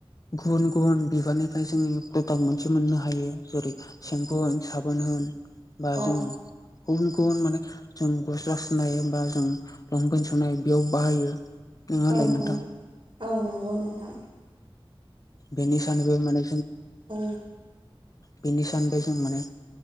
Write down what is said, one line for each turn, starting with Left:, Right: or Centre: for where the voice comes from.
Left: गुबुन गुबुन बिबारनिफ्राय जोंङो प्रडाक्ट मोनसे मोननो हायो जेरै सेम्पु साबोन बा
Right: औ
Left: जों गुबुन गुबुन माने जों गस्ला सुनाय बा जों लंपेन सुनाय बेयाव बाहायो नङा होनलाय
Right: औ-औ-औ
Left: नोंथां
Right: नंगौ नोंथां दां
Left: बेनिसानैबो माने
Right: औ
Left: बेनि सानिफाय जों माने